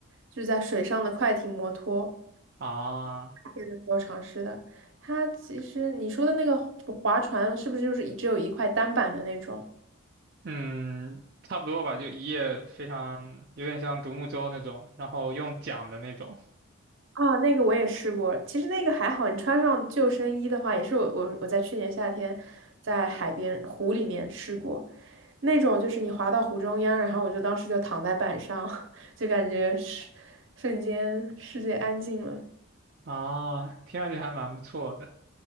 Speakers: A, on the right (about 70°); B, on the right (about 50°).
A: 就是在水上的快艇摩托。
B: 啊，
A: 是的时候尝试的。它其实你说的那个划船，是不是就是只有一块单板的那种？
B: 嗯，差不多吧，就一夜非常有点像独木舟那种，然后用桨的那种。
A: 啊，那个我也试过，其实那个还好，你穿上救生衣的话，也是我我我在去年夏天在海边湖里面试过，那种就是你滑到湖中央，然后我就当时就躺在板上，<laughs> 就感觉是瞬间世界安静了。
B: 啊，听上去还蛮不错的。